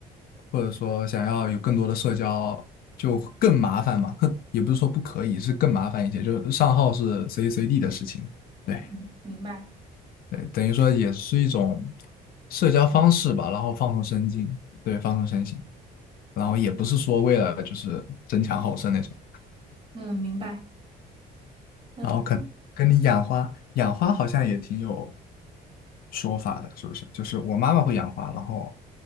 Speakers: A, on the left; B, on the right.
A: 或者说想要有更多的社交，就更麻烦嘛。<laughs> 哼也不是说不可以，是更麻烦一些。就是上号是随时随地的事情，对
B: 嗯，明白。
A: 对，等于说也是一种社交方式吧，然后放松身心，对，放松身心，然后也不是说为了就是争强好胜那种。
B: 嗯，明白。嗯。
A: 然后可能跟你养花，养花好像也挺有说法的，是不是？就是我妈妈会养花，然后